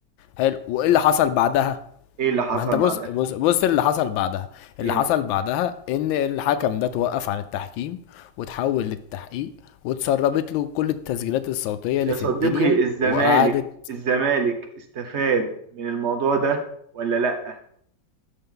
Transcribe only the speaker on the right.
ايه اللي حصل
بعدها
ايه
بقى
يا صديقي
الزمالك
الزمالك استفاد من الموضوع ده ولا لا